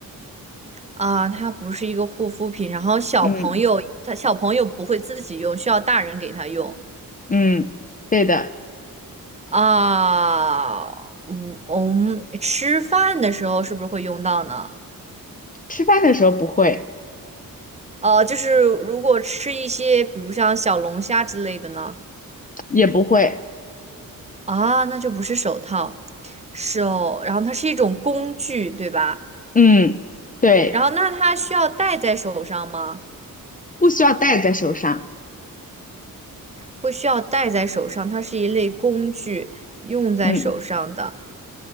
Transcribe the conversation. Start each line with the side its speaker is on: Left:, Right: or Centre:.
Right: 啊，它不是一个护肤品，然后小朋友，
Left: 嗯
Right: 他小朋友不会自己用，需要大人给他用
Left: 嗯，对的。
Right: 啊。嗯，我们吃饭的时候是不是会用到呢？
Left: 吃饭的时候不会，
Right: 呃，就是如果吃一些，比如像小龙虾之类的呢？
Left: 也不会。
Right: 啊，那就不是手套，手，然后它是一种工具，对吧？
Left: 嗯，对，
Right: 然后那它需要戴在手上吗？
Left: 不需要戴在手上。
Right: 不需要戴在手上，它是一类工具，用在手上的。
Left: 嗯，